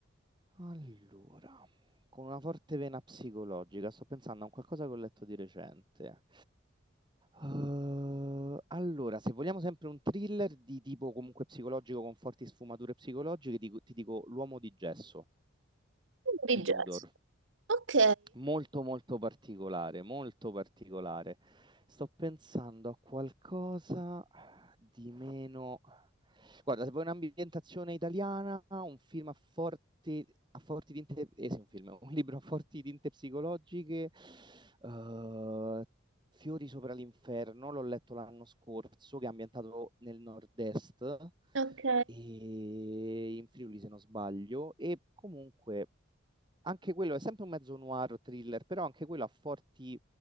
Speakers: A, on the right; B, on the right.
A: Allora, con una forte vena psicologica, sto pensando a un qualcosa che ho letto di recente. Eh, allora, se vogliamo sempre un thriller di tipo comunque psicologico con forti sfumature psicologiche, dico- ti dico L'uomo di gesso
B: Un Di
A: di
B: jazz.
A: Tudor.
B: Ok,
A: Molto molto particolare, molto particolare. Sto pensando a qualcosa di meno... Guarda, se vuoi un'ambientazione italiana, un film a forti, a forti tinte... Eh sì, un film, <laughs> un libro a forti tinte psicologiche, eh, Fiori sopra l'inferno, l'ho letto l'anno scorso, che è ambientato nel nord-est,
B: ok.
A: e in Friuli se non sbaglio, e comunque anche quello è sempre un mezzo noir thriller, però anche quello ha forti